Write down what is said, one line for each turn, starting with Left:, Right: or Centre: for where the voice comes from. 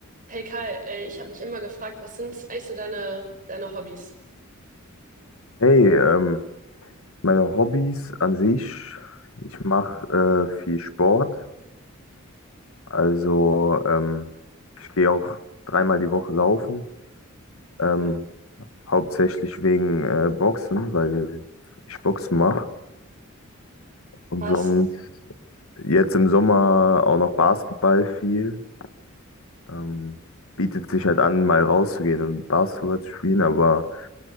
Right: Hey Kai, ey, ich habe mich immer gefragt, was sind eigentlich so deine, deine Hobbys?
Left: Hey, ähm, meine Hobbys an sich, ich mache äh, viel Sport, also ähm, ich gehe auch dreimal die Woche laufen, ähm,
Right: Cool.
Left: hauptsächlich wegen äh, Boxen, weil ich Boxen mache. Und
Right: Pass.
Left: sonst jetzt im Sommer auch noch Basketball viel. Ähm, bietet sich halt an, mal rauszugehen und Basketball zu spielen, aber